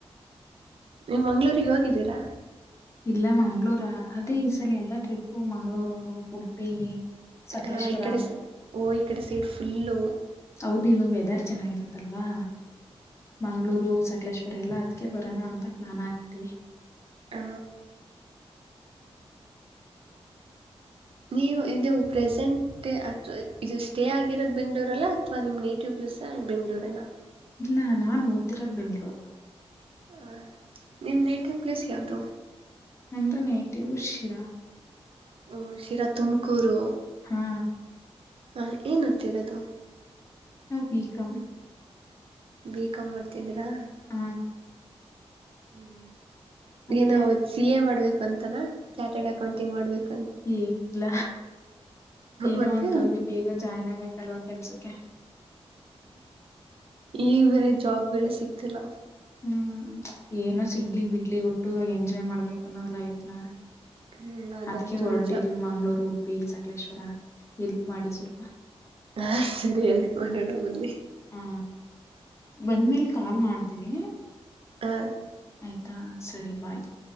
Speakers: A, on the right; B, on the left.
A: ನೀವು ಮಂಗ್ಗಳೂರಿಗೆ ಹೋಗಿದ್ದೀರಾ
B: ಇಲ್ಲ ಮಂಗ್ಳೂರು ಅದೇ ಈ ಸಲ ಎಲ್ಲಾ ಟ್ರಿಪ್ಪು ಮಂಗ್ಗಳೂರು ಉಡುಪಿ ಸಕಲೇಶ್ವರ
A: ಹ ಇಡೆ ಓ ಇಕಡೆ ಸೀಟ್ ಫುಲ್ಲು
B: ಹೌದು ಇವಾಗ ವೆದರ್ ಚೆನ್ನಾಗಿರುತ್ತಲ್ವಾ ಮಂಗ್ಗಳೂರು ಸಕಲೇಶ್ ಬರಲ್ಲಾ ಅದ್ಕ್ಕೆ ಬರೋಣ ಅಂತ ಪ್ಲಾನ್ ಹಾಕಿದೀವಿ
A: ಆ ನೀವು ಇದು ಪ್ರೆಸೆಂಟ್ ಅಥವಾ ಇದು ಸ್ಟೇ ಆಗಿರೋದ್ ಬೆಂಗ್ಗಳೂರಲ್ಲ ಅಥವಾ ನಿಮ್ ನೇಟಿವ್ ಪ್ ದಿಸಾ ಬೆಂಗಳೂರನ ಏನ
B: ಇಲ್ಲ ನಾನ್ ಓದ್ತಿರೋದ್ ಬೆಂಗ್ಳೂರು
A: ಹ ನಿಮ್ಮ ನೇಟ್ ಪ್ಲೇಸ್ ಯಾವುದು
B: ನಂದ ನೇಟಿ ಉಷಿರಾ
A: ಹ್ಮ ಶಿರಾ ತುಮಕೂರು
B: ಹಾ
A: ಹ ಏನ ಓತ್ತಿರೋದು
B: ನಾವು ಬಿ ಕಾಮ
A: ಬೀಕಮ್ ಮಾಡರ್ತಿದ್ರಾ
B: ಹ
A: ಹ್ಮ
B: ಮತ್ತೆ
A: ಏನೋ ಸಿ ಎ ಮಾಡ್ಬೇಕು ಅಂತನಾ ಚಾರ್ಟೆಡ್ ಅಕೌಂಟಿಂಗ್ ಮಾಡ್ಬೇಕ
B: ಏನ ಇಲ್ಲ ಏನೋ
A: ಮತ್ತು
B: ಒಂದು ಅದು ಬೇಗ ಜಾಯ್ನ್ ಆಗ್ಬೇಕಲ್ವಾ ಕೆಲ್ಸಕ್ಕೆ
A: ಈ ಬೇರೆ ಜಾಬ್ ಗಳ ಸಿಕ್ತಿಲ್ಲ
B: ಹ್ಮ್ ಏನೋ ಸಿಗ್ಲಿ ಬಿಡ್ಲಿ ಒಟ್ಟು ಎಂಜಾಯ್ ಮಾಡ್ಬೇಕು ನೋ ಲೈಫ್ನ
A: ಹ್ಞೂ ಅದಂತೂ
B: ಅದ್ಕ ಹೊರಟಿದ್ವಿ
A: ನಿಜ
B: ಮಂಗಗಳೂರು ಉಡುಪಿ ಸಕಲೇಶ್ವರ ಎಲ್ಪ್ ಮಾಡಿ ಸ್ವಲ್ಪ
A: ಹಾ ಸರಿ ಎಲ್ಪ್ ಮಾಡೋಣ ಬನ್ನಿ
B: ಹಾ ಬಂದ್ಮೇಲೆ ಕಾಲ್ ಮಾಡ್ತೀನಿ
A: ಹಾ
B: ಆಯ್ತಾ ಸರಿ ಬಾಯ್